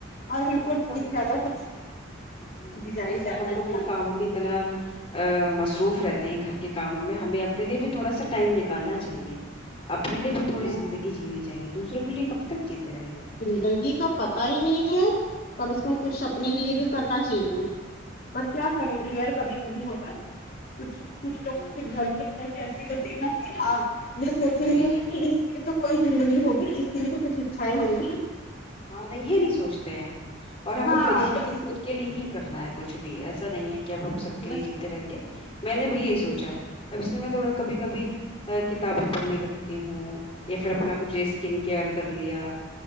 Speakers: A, on the left (about 45°); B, on the left (about 30°).
A: اور میرے
B: ویسے
A: کو
B: کب
A: زیادہ کچھ
B: جی جی
A: ڈیزائن
B: ویسے
A: زیادہ
B: ہم لوگ
A: نہیں
B: نہ کاموں میں اتنا آ مصروف رہتے ہیں گھر کے کاموں میں ہمیں اپنے لیے بھی تھوڑا سا ٹائم نکالنا چاہیے اپنے لیے بھی
A: آتی
B: تھوڑی زندگی جینی چاہیے دوسروں کے لیے کب تک جیتے رہیں گے
A: ڈیڈی کو پتا ہی نہیں ہے کم سے کم کچھ اپنے لیے بھی کرنا چاہیے پر کیا کریں گے یار کبھی کبھی ہوتا ہے نہ کچھ کچھ لوگوں
B: جی
A: کے گھر کی سوچ ایسی ہوتی ہے نا کہ ہاں یہ سوچیے
B: جی
A: گے
B: جی
A: کہ اس یہ تو کوئی زندگی ہوگی اس کی بھی تو کچھ اچھائیں ہوں گی
B: ہاں نہیں یہ نہیں سوچتے ہیں اور ہم
A: ہاں
B: لوگ خود ہی
A: بس
B: کی خود کے لیے ہی کرنا ہے کچھ بھی ایسا نہیں ہے کہ اب ہم سب کے لیے
A: بس
B: جیتے رہیں گے میں نے بھی یہی سوچا ہے اب اس لئے میں تھوڑا کبھی کبھی ا کتابیں پڑھنے لگتی ہوں یا پھر اپنا کچھ اسکن کیئر کر لیا